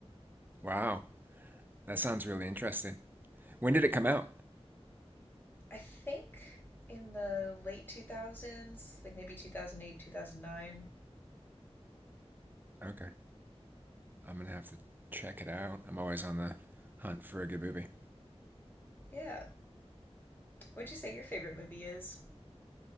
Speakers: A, on the right; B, on the left.
A: Wow. That sounds really interesting. When did it come out?
B: I think in the late 2000s, like maybe 2008, 2009.
A: Okay. I'm gonna have to check it out. I'm always on the hunt for a good movie.
B: Yeah. What'd you say your favorite movie is?